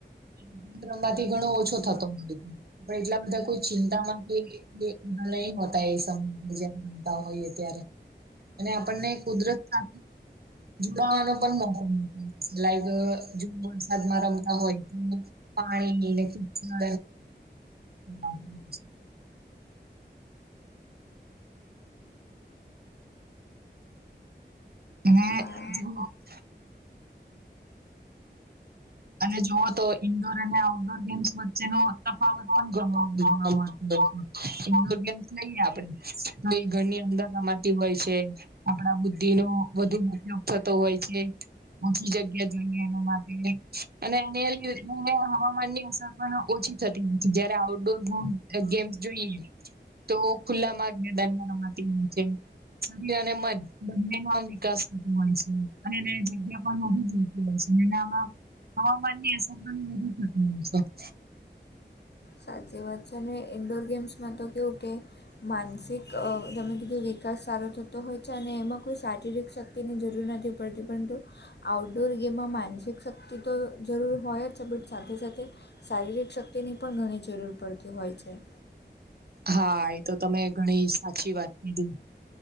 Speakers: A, on the right; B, on the left.
A: <unintelligible> ઘણો ઓછો થતો હોય. પણ એટલા બધા કોઈ ચિંતા માંથી <unintelligible> એ નહીં હોતા એ સબ બીજા રમતા હોઈએ ત્યારે. અને આપણને કુદરત <unintelligible> <unintelligible> લાઈક અહ ઝૂમ વરસાદમાં રમતા હોય. પાણીની ને <unintelligible> અને <unintelligible>
B: હા
A: અને જુઓ તો ઇન્ડોર અને આઉટડોર ગેમ્સ વચ્ચેનો તફાવત પણ <unintelligible> ઇન્ડોર ગેમ્સ લઈએ આપડે તો એ ઘરની અંદર રમાતી હોય છે. આપડા બુદ્ધિનો વધુ ઉપયોગ થતો હોય છે. ઓછી જગ્યા જોઈએ એના માટે. અને એની અંદર હવામાનની અસર પણ ઓછી થતી હોય છે. જયારે આઉટડોર ગ ગેમ્સ જોઈએ તો ખુલ્લામાં મેદાનમાં રમાતી હોય છે‌. શરીર અને મન બંનેમાં વિકાસ થતો હોય છે અને એને જગ્યા પણ વધુ જોયએ. મહીનામાં હવામાનની અસર પણ વધુ થતી હોય છે.
B: સાચી વાત છે ને ઇન્ડોર ગેમ્સમાં તો કેવું કે માનસિક અહ તમે <unintelligible> વિકાસ સારો થતો હોય છે અને એમાં શારીરિક શક્તિની જરૂર નથી પડતી પરંતુ આઉટડોર ગેમોમાં <unintelligible> માનસિક શક્તિ તો જરૂરી હોય જ છે, બટ સાથે સાથે શારીરિક શક્તિની પણ ઘણી જ જરૂર પડતી હોય છે.
A: હા, એતો તમે ઘણી સાચી વાત કીધી.